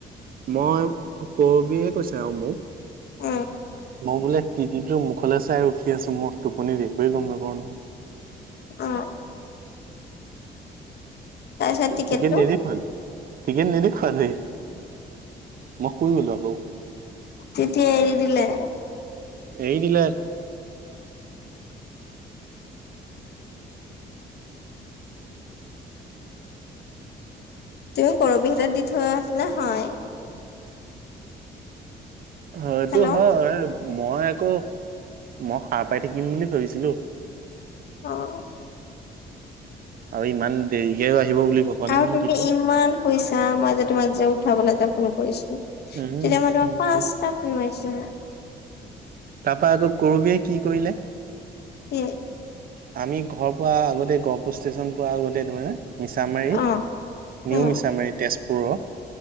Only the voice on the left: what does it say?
উম
অ', তাৰপিছত টিকেটটো
তেতিয়াই এৰি দি।
ত কৰবিহত দি থোৱা ন হয়
হেল্ল' অ
অ',
আৰু
তুমি
ইমান পইছা মই যে তোমাক যে উঠাবলৈ যে ফোন কৰিছো। তেতিয়া
মোৰ
পাপ্পা আটা ফোন মইতি
কি।
অ উম